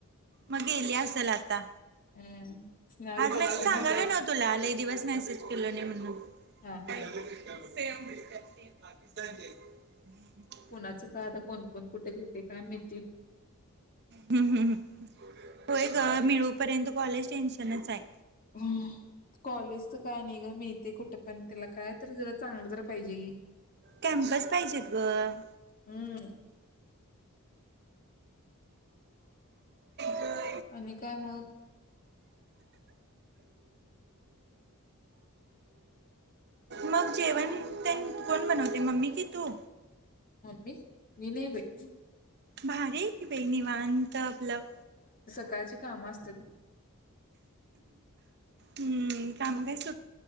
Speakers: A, on the right (about 50°); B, on the left (about 40°).
A: मग गेली असल आता
B: हम्म स्नॅप
A: आज
B: टाकताना
A: नाही सांगालोय नव तुला लय.. दिवस मॅसेज केलो नाही म्हणून
B: हा हा
A: सेम दिसण्यात सेम.. पाकिस्तानचे आहेत
B: कोणाचं काय आता कोण कोण कुठे घेते काय माहिती
A: हम्म हम् हो मिळू पर्यंत कॉलेज टेनशनच आहे
B: हम् कॉलेज तर काय नाही ग मी ते कुठं पण त्याला काय तर जरा चांगलं ज पाहिजे की
A: कॅम्पस पाहिजेत ग
B: हम्म
A: का
B: अम का आहे मग
A: मग जेवण प कोण बनवते मम्मी कतो
B: ममी मी नाही बाई
A: भारी बाई निवांत आपलं
B: सकाळचे काम असतात
A: हम्म काम कायच